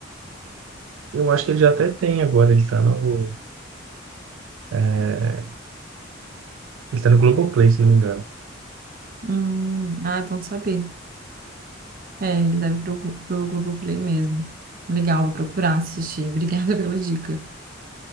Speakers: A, on the right (about 85°); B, on the right (about 45°).
A: Eu acho que ele já até tem agora, ele tá no, é, ele tá no Globoplay, se não me engano.
B: Hum, ah, é bom saber. É, ele deve pro, Glo- pro Globoplay mesmo. Legal, vou procurar assistir. <laughs> Obrigada pela dica.